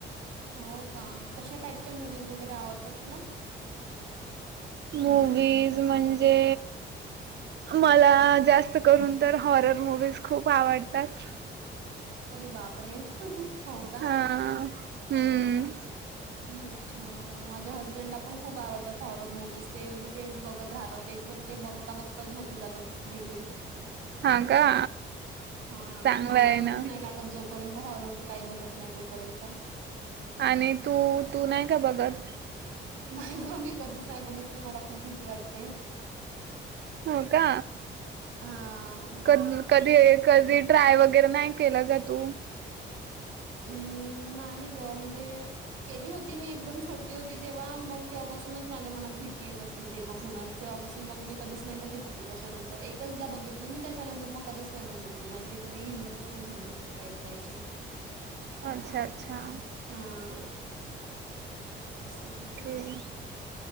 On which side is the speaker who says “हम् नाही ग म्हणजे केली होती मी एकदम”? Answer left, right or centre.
Right